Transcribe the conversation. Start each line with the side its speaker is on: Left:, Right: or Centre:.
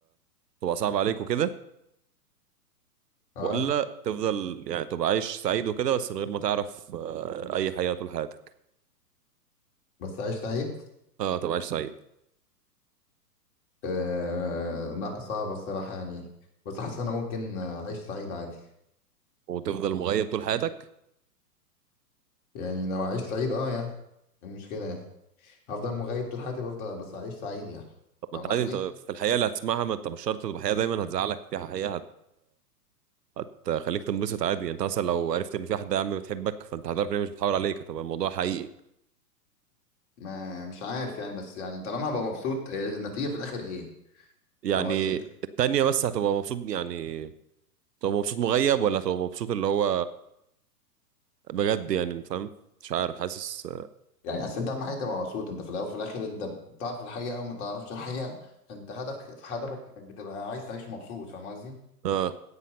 Right: تبقى صعبه عليك وكده
Left: اه
Right: ولا تفضل يعني تبقى عايش سعيد وكده بس من غير ما تعرف أه... اي حقيقه طول حياتك
Left: بس عيش سعيد
Right: اه تبقى عايش سعيد
Left: آه لا صعب الصراحه يعني بس حاسس ان انا ممكن اعيش سعيد عادي
Right: وتفضل مغيب طول حياتك
Left: يعني لو اعيش سعيد اه يعني إيه المشكله يعني هفضل مغيب طول حياتي بفضل بس اعيش سعيد يعني
Right: طب ما
Left: فاهم
Right: انت
Left: قصدي
Right: عادي انت في الحقيقه اللي هتسمعها ما انت مش شرط تبقى حقيقه دايما هتزعلك فيها حقيقه هت... هتخليك تنبسط عادي يعني انت مثلا لو عرفت ان في واحده يا عم بتحبك فانت هتعرف ان هي مش بتحاول عليك هتبقى الموضوع حقيقي
Left: ما مش عارف يعني بس يعني طالما هبقى مبسوط إيه النتيجه في الاخر ايه
Right: يعني
Left: فاهم قصدي
Right: التانية بس هتبقى مبسوط يعني تبقى مبسوط مغيب ولا تبقى مبسوط اللي هو بجد يعني انت فاهم مش عارف حاسس
Left: يعني اصل انت اهم حاجه تبقى مبسوط انت في الاول وفي الاخر انت بتعرف الحقيقه او ما تعرفش الحقيقه فانت هدفك هدفك انك بتبقى عايز تعيش مبسوط فاهم قصدي
Right: اه